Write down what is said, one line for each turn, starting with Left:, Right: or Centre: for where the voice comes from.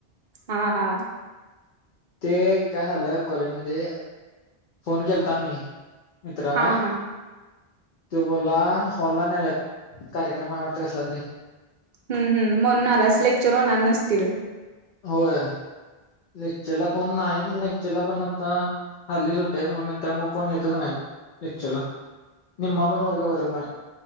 Right: हा हा.
Left: ते काय झालं कॉलेज मध्ये फोन केलता मी मित्राला.
Right: हा हा
Left: त्यो बोलला हॉलला नेल्यात कार्यक्रम आय वाटत कसला तरी.
Right: हम्म हम्म म्हणून आलास लेक्चर होणार नसतील.
Left: होय लेक्चरला कोण नाई अन लेक्चरला पण आता हल्ली सुट्ट्यायत म्हणून त्यामुळं कोण येतच नाही लेक्चरला निम्मा पण वर्ग भरत नाय.